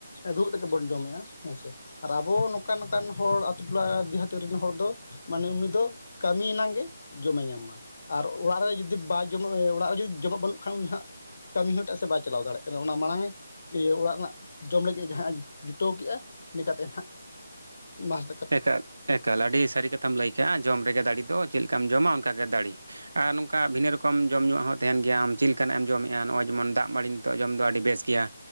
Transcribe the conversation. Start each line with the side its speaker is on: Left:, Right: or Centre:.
Left: ᱫᱩᱲᱩᱵ ᱛᱮᱜᱮ ᱵᱚᱱ ᱡᱚᱢᱮᱜᱼᱟ ᱦᱮᱸ ᱥᱮ ᱟᱨ ᱟᱵᱚ ᱱᱚᱝᱠᱟᱱ ᱱᱚᱝᱠᱟᱱ ᱦᱚᱲ ᱟᱹᱛᱩ ᱴᱚᱞᱟ ᱫᱤᱦᱟᱹᱛᱤ ᱨᱮᱱ ᱦᱚᱲ ᱫᱚ ᱢᱟᱱᱮ ᱩᱱᱤ ᱫᱚ ᱠᱟᱹᱢᱤ ᱮᱱᱟᱝ ᱜᱮ ᱡᱚᱢᱮ ᱧᱟᱢᱟ ᱟᱨ ᱚᱲᱟᱜ ᱨᱮ ᱡᱩᱫᱤ ᱵᱟᱭ ᱡᱚᱢᱟ ᱚᱲᱟᱜ ᱨᱮ ᱡᱩᱫᱤ ᱡᱚᱢᱟᱜ ᱵᱟᱹᱱᱩᱜ ᱠᱷᱟᱱ ᱩᱱᱤ ᱦᱟᱸᱜ ᱠᱟᱹᱢᱤ ᱦᱚ ᱮᱴᱟᱜ ᱥᱮ ᱵᱟᱭ ᱪᱟᱞᱟᱣ ᱫᱟᱲᱮᱭᱟᱜ ᱠᱟᱱᱟ ᱚᱱᱟ ᱢᱟᱲᱟᱝ ᱤᱭᱟᱹ ᱚᱲᱟᱜ ᱨᱮᱱᱟᱜ ᱡᱚᱢ ᱞᱟᱹᱜᱤᱫ ᱡᱟᱦᱟᱸ ᱡᱩᱴᱟᱹᱣ ᱠᱮᱜᱼᱟ ᱤᱱᱟᱹ ᱠᱟᱛᱮ ᱦᱟᱸᱜ ᱢᱟᱥ
Right: ᱮᱠᱟᱞ ᱮᱠᱟᱞ ᱟᱹᱰᱤ ᱥᱟᱹᱨᱤ ᱠᱟᱛᱷᱟᱢ ᱞᱟᱹᱭ ᱠᱟᱜᱼᱟ ᱡᱚᱢ ᱛᱮᱜᱮ ᱫᱟᱲᱮ ᱫᱚ ᱪᱮᱫ ᱞᱮᱠᱟᱢ ᱡᱚᱢᱟ ᱚᱱᱠᱟ ᱜᱮ ᱫᱟᱲᱮ ᱟᱨ ᱱᱚᱝᱠᱟ ᱵᱷᱤᱱᱟᱹ ᱨᱚᱠᱚᱢ ᱡᱚᱢᱧᱩ ᱩᱣᱟᱜ ᱦᱚᱸ ᱛᱟᱦᱮᱱ ᱜᱮᱭᱟ ᱟᱢ ᱪᱮᱫ ᱞᱮᱠᱟᱱᱟᱜ ᱮᱢ ᱡᱚᱢᱮᱜᱼᱟ ᱱᱚᱜᱼᱚᱭ ᱡᱮᱢᱚᱱ ᱫᱟᱜ ᱢᱟᱲᱤᱱ ᱱᱤᱛᱚᱜ ᱡᱚᱢ ᱫᱚ ᱟᱹᱰᱤ ᱵᱮᱥ ᱜᱮᱭᱟ